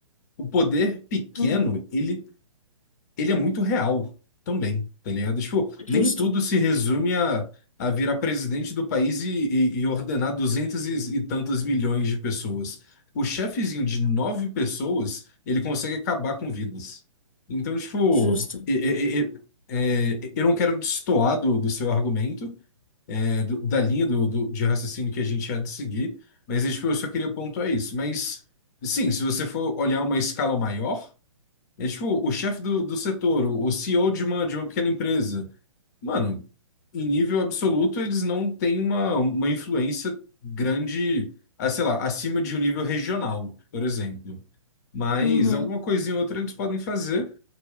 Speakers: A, on the left; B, on the left.
A: o poder pequeno,
B: Uhum.
A: ele, ele é muito real também, tá ligado? Tipo,
B: Justo,
A: nem tudo se resume a, a virar presidente do país e, e- e ordenar duzentos e, e tantos milhões de pessoas. O chefezinho de nove pessoas, ele consegue acabar com vidas. Então, tipo,
B: justo.
A: e- e- e- é, eu não quero destoar do, do seu argumento, é, do- da linha do, do- de raciocínio que a gente há de seguir, mas é, tipo, eu só queria pontuar isso. Mas, sim, se você for olhar uma escala maior, é tipo o chefe do, do setor, o o CEO de uma, de uma pequena empresa. Mano, em nível absoluto, eles não têm uma, uma influência grande, ah, sei lá, acima de um nível regional, por exemplo. Mas
B: Uhum.
A: alguma coisinha ou outra eles podem fazer.